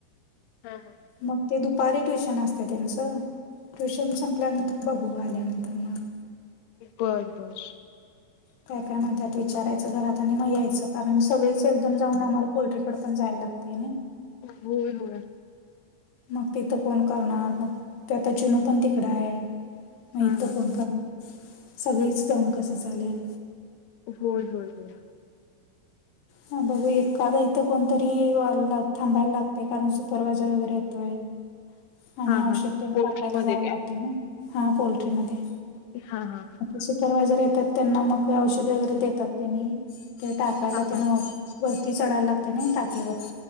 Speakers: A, on the left; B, on the left.
A: हा हा.
B: मग ते दुपारी ट्युशन असते त्यांचं. ट्युशन संपल्यानंतर बघू आल्यानंतर मग
A: बरं बरं.
B: काय काय म्हणतात विचारायचं घरात आणि मग यायचं कारण सगळीच एकदम जाऊन आम्हाला पोल्ट्रीकडे पण जायला लागतय नाय.
A: <unintelligible>
B: मग तिथं कोण करणार मग ते आता चिनू पण तिकड आहे मग इथं
A: हा हा.
B: कोण करणार? सगळीच जाऊन कसं चालेल
A: होय होय होय.
B: ह बघू एखादा इथं कोणतरी वाल्ला थांबायला लागते कारण सुपरवायझर वगैरे येतोय. आणि
A: हा
B: औषध
A: हा.
B: तेन
A: पोल्ट्री
B: टाकायला
A: मध्ये
B: जायला
A: काय?
B: लागतंय ना हा पोल्ट्री मध्ये.
A: हा हा.
B: सुपरवायझर येतात त्यांना मग औषध वगैरे देतात त्यांनी ते टाकायला
A: हा
B: तेना
A: हा.
B: वरती चढायला लागते नाही टाकीवर.